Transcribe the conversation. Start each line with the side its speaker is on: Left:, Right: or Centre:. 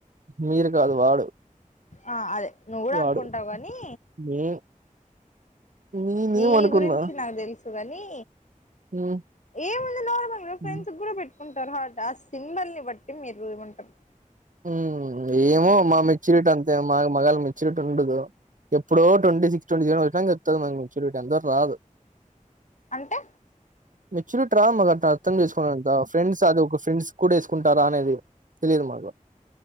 Right: మీరు కాదు వాడు
Left: ఆ అదే నువ్వూ
Right: వాడు
Left: అనుకుంటావు గానీ
Right: నే నేనేమనుకున్నా
Left: నీ గురించి నా తెలుసు తు అని
Right: హ్మ్
Left: ఏముంది న
Right: హ్మ్
Left: ఫ్రెండ్స్ కూడా పెట్ కుంటారు హట్ ఆ సింబల్ ని బట్టి మీరు చేయమంటారు
Right: ఊ ఏమో మా మెచ్యూరిటీ అంతే మా మగాళ్ళ మెచ్యూరిటీ ఉండదు ఎప్పుడో ట్వంటీ సిక్స్ ట్వంటీ సెవెన్ వచ్చినంక వత్తది మాకు మెచ్యూరిటీ అందాక రాదు
Left: అంటే
Right: మెచ్చురిట్ మా అ అర్థం చేసుకోంతా ఫ్రెంస్ అద ఒక ఫ్రెంస్ కూడా కుంటారా అనేది తెలిదు మాకు